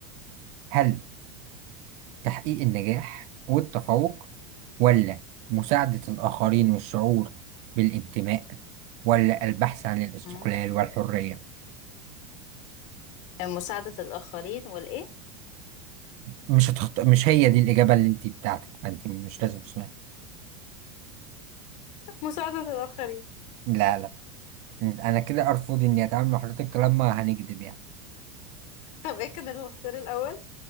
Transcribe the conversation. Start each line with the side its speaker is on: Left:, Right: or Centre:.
Right: هل تحقيق النجاح والتفوق ولا مساعدة الآخرين والشعور بالانتماء ولا البحث عن الاستقلال
Left: مم.
Right: والحرية
Left: مساعدة الآخرين والإيه؟
Right: مش هتخط... مش هي دي الإجابة اللي أنت بتاعتك فأنت مش لازم تسمعها
Left: مساعدة الآخرين
Right: لا لا أنا كده أرفض إني أتعامل مع حضرتك لما هنكذب يعني
Left: طب ايه كان الخسر الأول؟